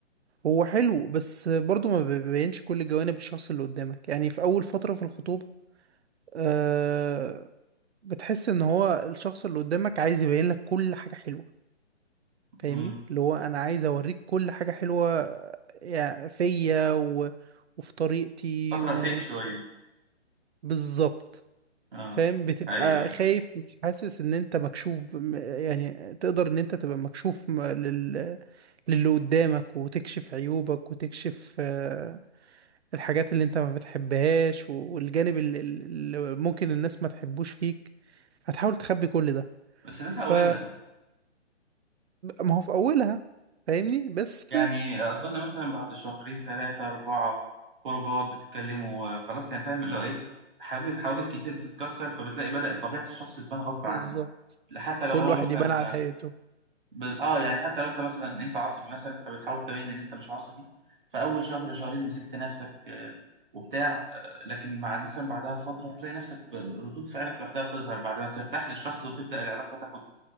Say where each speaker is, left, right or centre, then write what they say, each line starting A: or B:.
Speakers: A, on the right; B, on the right.
A: هو حلو بس برضو ما بيبينش كل جوانب الشخص اللي قدامك يعني في أول فترة في الخطوبة آه، بتحس إن هو الشخص اللي قدامك عايز يبين لك كل حاجة حلوة فاهمني
B: امم
A: اللي هو انا عايز اوريك كل حاجة حلوة يعني فيا و... وفي طريقتي
B: فترة
A: وفي
B: فيك شوية
A: بالظبط
B: اه
A: فاهم بتبقى
B: حقيقة
A: خايف مش حاسس ان انت مكشوف م- يعني تقدر ان انت تبقى مكشوف م- لل... للي قدامك وتكشف عيوبك وتكشف آه، الحاجات اللي انت ما بتحبهاش و- والجانب اللي, اللي ممكن الناس ما تحبوش فيك هتحاول تخبي كل ده
B: بس ده
A: ف
B: في أولها
A: ما هو في اولها فاهمني بس
B: يعني أظن مثلا بعد شهرين ثلاثة أربعة خروجات بتتكلموا آه، خلاص يعني فاهم اللي هو إيه حواجز حواجز كتير بتتكسر فبتلاقي بدأت طبيعة الشخص تبان غصب
A: بالظبط
B: عنه حتى لو
A: كل
B: هو
A: واحد
B: مثلا
A: يبان على
B: آه،
A: حقيقته
B: بز... آه يعني حتى لو أنت مثلا أنت عصبي مثلا فبتحاول تبين إن أنت مش عصبي فأول شهر شهرين مسكت نفسك آه، وبتاع آه، لكن مع مثلا بعدها بفترة هتلاقي نفسك ب- ردود فعلك لوحدها بتظهر بعد ما ترتاح للشخص وتبدأ العلاقة تاخد